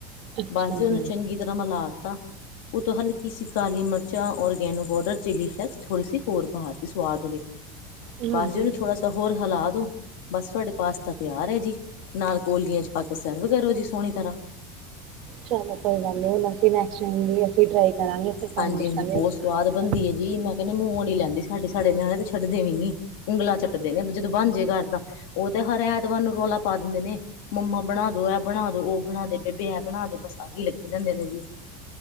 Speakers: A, on the right; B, on the left.
A: ਅੱਛਾ
B: ਬਸ ਉਹਨੂੰ
A: ਜੀ।
B: ਚੰਗੀ ਤਰ੍ਹਾਂ ਮਲਾ ਤਾ ਉਹ ਤੋਂ ਹਲਕੀ ਸੀ ਕਾਲੀ ਮਿਰਚਾਂ ਔਰਗੈਨੋ ਪਾਊਡਰ ਚਿੱਲੀ ਫਲੈਕਸ ਥੋੜ੍ਹੀ ਸੀ ਹੋਰ ਪਾਤੀ ਸਵਾਦ ਲਈ
A: ਹਾਂਜੀ
B: ਬੱਸ ਜੀ ਉਹਨੂੰ ਥੋੜਾ ਸਾ ਹੋਰ ਹਾਲਾਦੋ ਬਸ ਤੁਹਾਡੇ ਪਾਸਤਾ ਤਿਆਰ ਹੈ ਜੀ ਨਾਲ ਕੋਲੀਆਂ ਚ ਪਾ ਕੇ ਸਰਵ ਕਰੋ ਜੀ ਸੋਹਣੀ ਤਰ੍ਹਾਂ
A: ਚਲੋ ਕੋਈ ਗੱਲ ਨ ਹੁਣ ਅਸੀਂ ਨੈਕਸ ਟਾਇਮ ਵੀ ਅਸੀਂ ਟਰਾਈ ਕਰਾਂਗੇ ਫਿਰ ਤੁਹਾਨੂੰ
B: ਹਾਂਜੀ
A: ਦੱਸਾਂਗੇ
B: ਹਾਂਜੀ ਬਹੁੱਤ
A: ਅਸੀਂ
B: ਸਵਾੱਦ ਬਣਦੀ ਹੈ ਜੀ ਮੈਂ ਕਹਿੰਦੀ ਮੂੰਹੋ ਨੀ ਲੈਂਦੀ ਸਾਡੀ ਸਾਡੇ ਨਿਆਣੇ ਤੇ ਛੱਡਦੇ ਵੀ ਨੀ ਉਂਗਲਾਂ ਚੱਟਦੇ ਨੇ ਜਦੋਂ ਬਣ ਜੇ ਘਰ ਤਾਂ ਉਹ ਤੇ ਹਰ ਐਤਵਾਰ ਨੂੰ ਰੌਲਾ ਪਾ ਦਿੰਦੇ ਨੇ ਮੰਮਾ ਬਣਾ ਦੋ ਐ ਬਣਾ ਦੋ ੳਹ ਬਨਾ ਦੇ ਬੇਬੇ ਏ ਬਣਾ ਦੇ ਬਸ ਆਹੀ ਲੱਗੀ ਰਹਿੰਦੇ ਨੇ ਜੀ